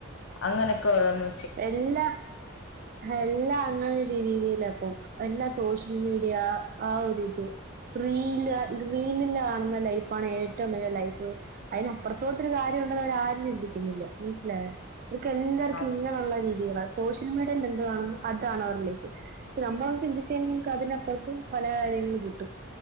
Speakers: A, on the left; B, on the right.
A: അങ്ങനൊക്കെ ഓരോന്ന്,
B: എല്ലാ, എല്ലാ അങ്ങനെ ഒരു രീതിയിലാപ്പം എല്ലാ സോഷ്യൽ മീഡിയ ആഹ് ആഹ് ഒരിത്, റീല റീലില് കാണുന്ന ലൈഫാണ് ഏറ്റവും വല്യ ലൈഫ്, അയ്നപ്പുറത്തോട്ടൊരു കാര്യം ഉണ്ടെന്ന് അവരാരും ചിന്തിക്കുന്നില്ല മനസ്സിലായോ അവർക്ക് എല്ലാർക്കും
A: അത്
B: ഇങ്ങനെ, ള്ള രീതി സോഷ്യൽ മീഡിയയിൽ എന്തുആണ് അതാണ് അവരെ ലൈഫ്, ഷേ നമ്മളന്ന് ചിന്തിച്ച കഴിഞ്ഞ നമക്ക് അതിനപ്പുറത്തും പല കാര്യങ്ങൾ കിട്ടും